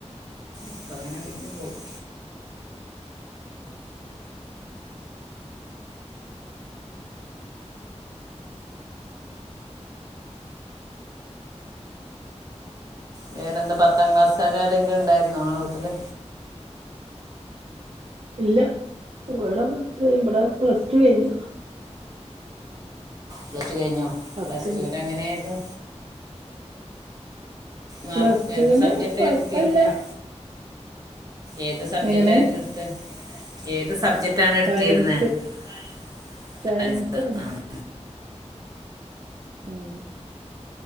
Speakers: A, on the right (about 30°); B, on the right (about 55°).
A: അപ്പ അങ്ങനെ വര്ന്ന് പോവും. വേറെന്താ പത്താം ക്ലാസ്സാരാരെങ്കിലും ഉണ്ടായിരുന്നോ ഇങ്ങളെ വീട്ടില്?
B: ഇല്ല ഇവടെ പത്ത് ഇബടെ പ്ലസ് ടു കഴിഞ്ഞതാ.
A: പ്ലസ് ടു കഴിഞ്ഞോ?
B: പത്തില്ല
A: പ്ലസ് ടു ല് എങ്ങനേര്ന്നു? മാർക്ക്
B: പ്ലസ് ടു
A: ഏത്
B: ന്
A: സബ്ജക്റ്റ്
B: കൊഴപ്പെല്ല.
A: എടുത്തിരുന്നത് ഏത് സബ്ജക്റ്റായിരുന്നു
B: എങ്ങനെ
A: ഇട്ത്തത്? എങ്ങനെ? ഏത് സബ്ജക് റ്റാണ്
B: science
A: ഇട്‌ത്തീര്ന്നെ? Science.
B: സയൻസേനി
A: സയൻസ് ആഹ്.
B: ഉം